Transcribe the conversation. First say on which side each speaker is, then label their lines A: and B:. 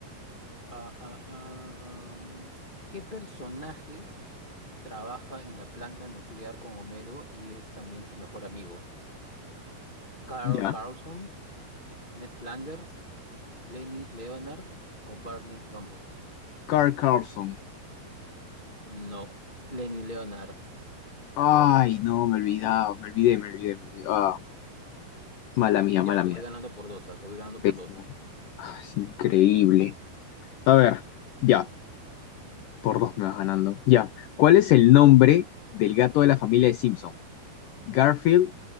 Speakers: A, on the left (about 45°); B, on the left (about 85°).
A: Ah, ah, ah, mm, ¿qué personaje trabaja en la planta nuclear con Homero y es también su mejor amigo? ¿Carl
B: Ya.
A: Carlson, Ned Flanders, Lenny Leonard o Barney Gumble?
B: Carl Carlson.
A: No, Lenny Leonard.
B: Ay, no, me olvidaba, me olvidé, me olvidé, me olvidé. Ah, mala mía,
A: Ya,
B: mala
A: te
B: mía.
A: voy ganando por dos, ah, Te voy ganando
B: Pésimo.
A: por dos.
B: Ah, Es increíble. A ver, ya. Por dos me vas ganando. Ya. ¿Cuál es el nombre del gato de la familia de Simpson? ¿Garfield,